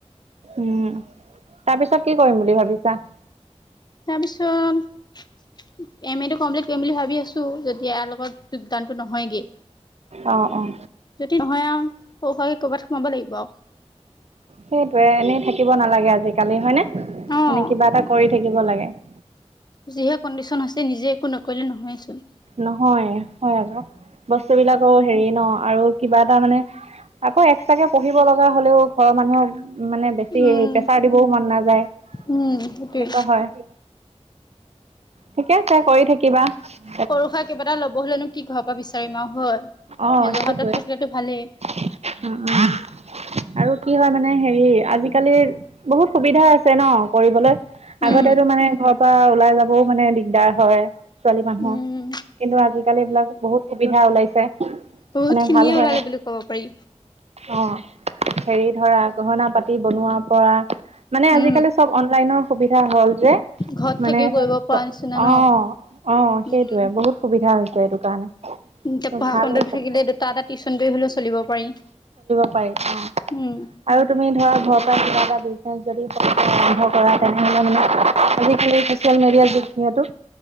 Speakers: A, on the right; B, on the left.
A: উম! তাৰ পিছত কি কৰিম বুলি ভাবিছা? <unintelligible>
B: তাৰ পিছত <inaudible> এমএটো কমপ্লিট কৰিম বুলি ভাবি আছোঁ <unintelligible> <unintelligible> যদি ইয়াৰ লগত যোগদানটো নহয়গে।
A: অঁ-অঁ।
B: যদি নহয় আৰু সৰু সোৱাকে কৰ'বাত সোমাব লাগিব আৰু। <unintelligible>
A: সেইটোৱেই এনেই থাকিব নালাগে আজিকালি হয় নে,
B: অ'।
A: মানে কিবা এটা কৰি <inaudible> থাকিব লাগে। <unintelligible>
B: যিহে কণ্ডিচন হৈছে, নিজে একো নকৰিলে নহয় চোন। <unintelligible>
A: নহয় হয় আকৌ বস্তুবিলাক <unintelligible> আকৌ হেৰি ন আৰু কিবা এটা মানে আকৌ এক্সট্ৰাকে পঢ়িব লগা হলেও ঘৰৰ মানুহক <inaudible> মানে বেছি
B: উম,
A: প্ৰেছাৰ দিবও মন নাযায়,
B: উম, সেইটোৱে।
A: তেনেকুৱা হয়। <inaudible> ঠিকে আছে, কৰি থাকিবা। <inaudible>
B: সৰু-সুৰা কিবা এটা ল'ব হলেনো কি কৰিব পৰা বিচাৰিম আৰু হয়। <unintelligible>
A: অঁ
B: নিজৰ
A: সেইটোৱেই
B: হাতত থাকিলেতো ভালেই
A: <inaudible> উম-উম। আৰু কি হয় মানে হেৰি আজিকালিৰ বহুত সুবিধা আছ <unintelligible> চে ন, কৰিবলৈ
B: উম,
A: আগতেতো মানে ঘৰৰ পৰা ওলাই যাবও মানে দিগদাৰ হয়। ছোৱালী মানুহৰ,
B: উম।
A: কিন্তু আজিকালি এইবিলাক বহুত সুবিধা ওলাইছে।
B: বহুত
A: মানে
B: খিনিয়ে
A: ভাল
B: ওলালে
A: হয়।
B: বুলি ক'ব পাৰি।
A: অহ হেৰি ধৰা, গহনা পাতি বনোৱাৰ পৰা মানে
B: উম,
A: আজিকালি চব অনলাইনৰ সুবিধা হল যে।
B: ঘৰত থাকিও
A: মানে
B: কৰিব পৰা নিচিনা ন'
A: অহ অ'হ সেটোৱে
B: উম।
A: বহুত সুবিধা হৈছে এইটো কাৰণে।
B: এতিয়া পঢ়া
A: ভাল
B: খন্দ
A: হৈছে
B: থাকিলে দুটা এটা টিউশ্যন কৰি হ'লেও চলিব পাৰি।
A: উপায় অহ
B: উম
A: আৰু, তুমি ধৰা ঘৰৰ পৰা কিবা এটা বিজনেছ যদি আৰম্ভ কৰা তেনেহলে মানে আজিকালি, ছ'চিয়েল মিডিয়াৰ যুগ যিহেতু,